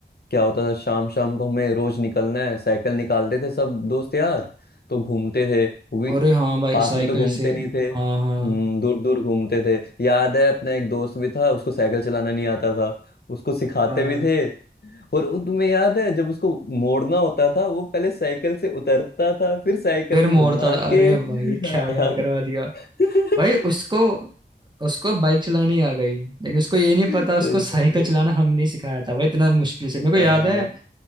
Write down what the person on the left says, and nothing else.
क्या होता था शाम शाम को हमें रोज निकलना है साइकिल निकालते थे सब दोस्त यार तो घूमते थे वी
पास
में तो घूमते
नहीं थे हम्म
दूर दूर घूमते थे याद है अपना एक दोस्त भी था उसको साइकिल चलाना नहीं आता था उसको सिखाते
भी थे और वो तुम्हें याद है जब उसको मोड़ना होता था वो पहले साइकिल से उतरता था फिर साइकिल
को
घुमा
के
<laughs>
हाँ।
सही
बात
है
हाँ।